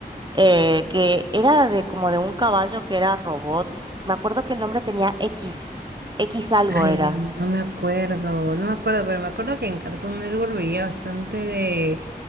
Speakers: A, on the right (about 30°); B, on the right (about 80°).
A: eh, que era de como de un caballo que era robot. Me acuerdo que el nombre tenía X, X algo
B: Ay,
A: era.
B: no me acuerdo, no me acuerdo, pero me acuerdo que en Cartoon Network veía bastante de